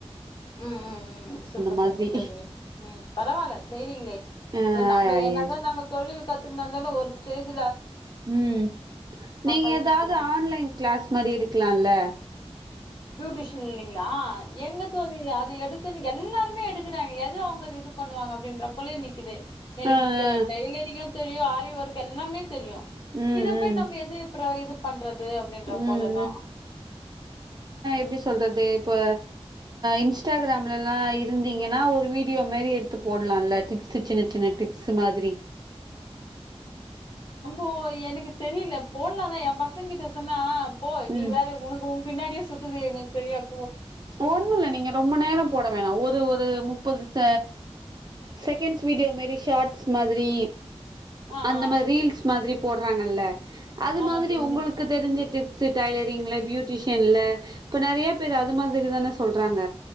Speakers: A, on the left (about 45°); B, on the right (about 40°).
A: ம் ம் ம் சூப்பர்
B: மாதிரி
A: சூப்பர் தோழி ம் பரவால்ல செய்றிங்ளே
B: ஆ
A: நம்ம என்னதா
B: எது
A: நாங்க தொழில் கத்துக்குந்த ஒருஸ்டேஜ்
B: உம் நீங்க
A: ஆயி
B: ஏதாவது
A: நிக்கிறோ
B: ஆன்லைன் கிளாஸ் மாதிரி எடுக்கலாம்ல
A: பியூட்டிஷியன் எங்க தோழிஅது எடுத்துன்னு எல்லாருமே எடுத்து இருக்காங்க எது அவுங்க இது பண்ணுவாங்க அப்டின்ற போலீ நக்குது எனக்கு
B: ஆ ஆ
A: ட்லரிங்கும் தெரியும் ஆ ஒருக்கு எல்லாமே தெரியு
B: ம்
A: இத போய்
B: ம்
A: நம்ம எது இப்புறம் இது பண்றது அப்படின்ற
B: ம்
A: போலதா
B: எப்படி சொல்றது இப்ப இன்ஸ்டாகிராம்ல எல்லாம் இருந்தீங்கன்னா ஒரு வீடியோ மாரி எடுத்து போடலாம் டிப்ஸு சிண்ண மாதிரி
A: ஓ எனக்கு தெரில போடலாம் தான் என் பசங்கிட்ட சொன்னா போ நீ
B: ம்
A: வேற உனக்கு பின்னாடியே சுத்துது எங்களுக்கு தெரியாது
B: ஒண்ணும் இல்ல நீங்க ரொம்ப நேரம் போட வேணா ஒரு ஒரு முப்பதுச செகண்ட்ஸ் வீடியோ மரி ஷார்ட்ஸ் மாதிரி
A: ஆ
B: அந்த
A: ஆ,
B: மாரி ரீல்ஸ் மாதிரி போட வாங்கல <unintelligible> அது
A: ஆமா
B: மாதிரி
A: தோழி
B: உங்களுக்கு தெரிஞ்ச டிப் டைலரிங்ல பியூட்டிஷியன்ல இப்ப நெறைய பேரு அது மாரி க்கு தான சொல்றாங்க